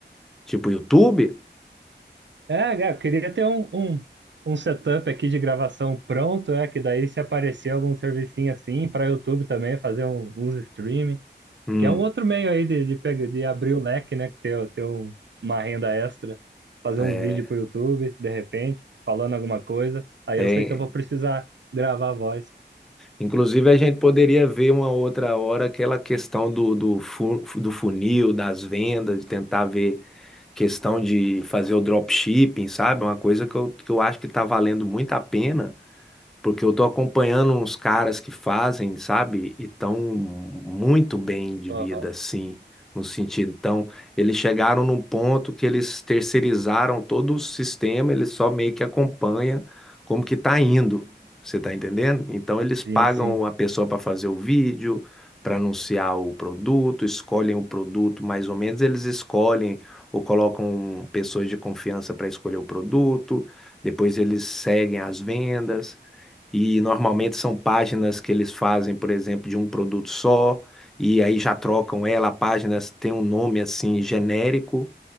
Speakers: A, in the centre; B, on the right (about 75°).
A: tipo YouTube?
B: É, é, eu queria ter um, um, um setup aqui de gravação pronto, é, que daí se aparecer algum servicinho assim para YouTube também, fazer um, uns streaming,
A: Hum,
B: que é um outro meio aí de, de, pegar- de abrir o leque, né? que Ter, ter um- uma renda extra, fazer
A: é,
B: uns vídeos pro YouTube, de repente, falando alguma coisa. Aí
A: é.
B: eu sei que eu vou precisar gravar a voz.
A: Inclusive a gente poderia ver uma outra hora aquela questão do, do, fu- do funil, das vendas, de tentar ver questão de fazer o dropshipping, sabe? Uma coisa que eu, que eu acho que está valendo muito a pena porque eu tô acompanhando uns caras que fazem, sabe? E tão muito bem de
B: Aham,
A: vida, assim, no sentido. Então, eles chegaram num ponto que eles terceirizaram todo o sistema, eles só meio que acompanham como que tá indo. Você tá entendendo? Então, eles pagam
B: Sim, sim.
A: a pessoa para fazer o vídeo, para anunciar o produto, escolhem o produto, mais ou menos eles escolhem ou colocam pessoas de confiança para escolher o produto, depois eles seguem as vendas. E normalmente são páginas que eles fazem, por exemplo, de um produto só, e aí já trocam ela. A página tem um nome assim genérico